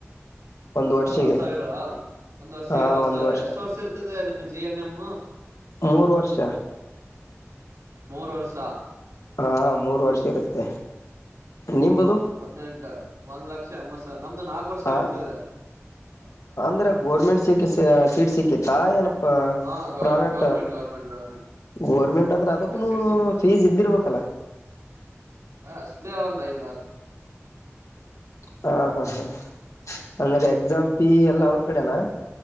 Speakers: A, on the left; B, on the right.
A: ಒಂದು ವರ್ಷಿಗೆ
B: ಅರವತ್ ಸಾವಿರ ಒಂದ್ ವರ್ಷಗೆ
A: ಹಾ
B: ಅರವತ್
A: ಒಂದ್
B: ಸಾವಿರ ಎಷ್ಟು ವರ್ಷ ಇರ್ತದೆ ಜಿ ಎನ್ ಎಮ್
A: ಮೂರು ವರ್ಷ
B: ಮೂರು ವರುಷ
A: ಹಾ ಮೂರು ವರ್ಷ ಇರುತ್ತೆ ನಿಂಬುದು
B: ಹದ್ನೆಂಟ ಒಂದ್ ಲಕ್ಷ ಎಂಬತ್ ಸಾವಿರ ನಮ್ದು ನಾಲ್ಕು ವರ್ಷ
A: ಹ
B: ಇರುತ್ತದೆ
A: ಅಂದ್ರೆ ಗೋರ್ಮೆಂಟ್ ಸಿಕ್ಕ ಸೀಟ್ ಸಿಕ್ಕಿತ್ತಾ ಏನ
B: ಹಾ ಗೌರ್
A: private
B: government government government
A: government
B: ಗೌರ್ಮೆಂಟ್
A: ಅಂದ್ರೆ ಅದಕ್ಕೂನು
B: ಸೀಟ್ ಸಿಕ್ಕಿತ್ತ
A: ಫೀಸ್ ಇದ್ದಿರ್ಬೇಕಲ್ಲ
B: ಹ ಅಷ್ಟೇ ಒಂದ್ ಐದು
A: ಹ ಹಾ ಹಾ ಅಂದ್ರೆ
B: ಹ
A: ಎಕ್ಸಂ ಪಿ ಎಲ್ಲ ಅವ್ರ ಕಡೆನಾ